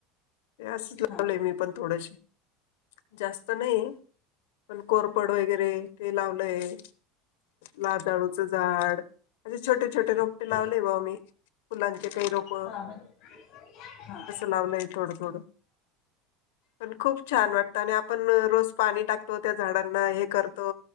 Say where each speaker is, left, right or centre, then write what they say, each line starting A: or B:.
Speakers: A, on the left; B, on the left.
A: ते असच लावलय
B: हा हा
A: मी पण थोडशे. जास्त नाही पण कोरपड वगैरे ते लावलंय. लाजाळूचं झाड असे छोटे, छोटे रोपटे लावले
B: हो
A: बा मी. फुलंचे काही रोप.
B: हा मं हा.
A: लावलंय थोडं, थोडं. पण खूप छान वाटतं, आणि आपण रोज पाणी टाकतो त्या झाडांना हे करतो.